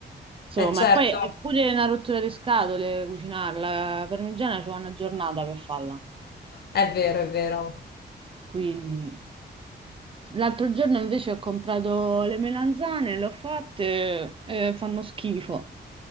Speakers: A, on the right; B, on the left.
A: insomma,
B: Eh certo,
A: e Eh, poi Eh, è pure una rottura di scatole cucinarla, la parmigiana ci vuole una giornata per farla,
B: è vero, è vero.
A: quindi... L'altro giorno invece ho comprato le melanzane, le ho fatte e fanno schifo,